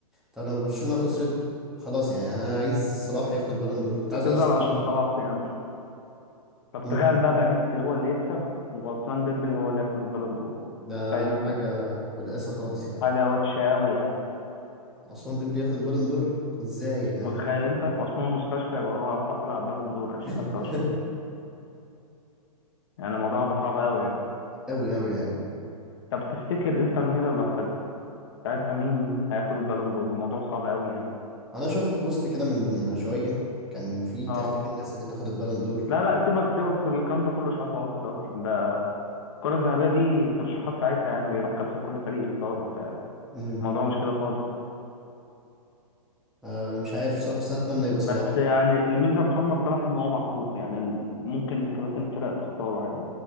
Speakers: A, in the centre; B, on the left (about 45°).
A: طب لما برشلونة خسرت خلاص يعني أنا عايز صلاح ياخد البالون دور كنت عايز
B: فتزعل
A: أرسنال
B: عشان
A: يكسب
B: صلاح في امل طب
A: امم
B: تخيل بقى باريس هو اللي يكسب وعثمان ديمبلي هو اللي ياخد البالون دور
A: ده
B: تخيل انت
A: حاجة قلقاسة خالص يعني
B: حاجة وحشة قوي يعني
A: عثمان ديمبلي ياخد البالون دور إزاي يا جدعان
B: متخيل انت عثمان مستشفى يبقى هو الحاصل على البالون دور 2025
A: <laughs>
B: يعني الموضوع هيبقى صعب قوي يعني
A: أوي أوي يعني
B: طب تفتكر انتر ميلان لو خدها ساعتها مين هياخد البالون دور الموضوع صعب قوي يعني
A: أنا شفت بوست كده من شوية كان في ترتيب
B: اه
A: الناس اللي تاخد البالون دور
B: لا لا سيبك سيبك من الكلام ده كله اشاعات وهجص اصلا ده الكرة الذهبية دي ترشيحات ساعتها يعني بيروح كابتن كل فريق يختار وبتاع
A: امم
B: الموضوع مش كده خالص
A: آه مش عارف بصراحة بس أنا أتمنى يبقى صلاح
B: بس
A: يعني
B: يعني الميزه محمد صلاح ان هو محبوب يعني ال- ممكن كباتن الفرق تختاره عادي